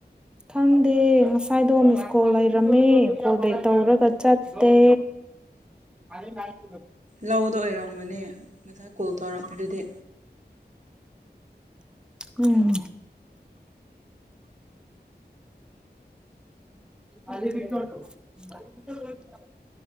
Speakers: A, in the centre; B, on the right.
A: ꯈꯪꯗꯦ ꯉꯁꯥꯏꯗꯣꯝ ꯃꯤꯁꯀꯣꯜ ꯂꯩꯔꯝꯃꯦ ꯀꯣꯜ ꯕꯦꯛ ꯇꯧꯔꯒ ꯆꯠꯇꯦ ꯑ <unintelligible>
B: ꯂꯧꯗ ꯑꯣꯏꯔꯝꯕꯅꯦ ꯉꯁꯥꯏ ꯀꯣꯜ ꯇꯧꯔꯛꯄꯗꯨꯗꯤ
A: ꯎꯝ ꯑꯗꯠꯇꯣꯇꯣ <unintelligible>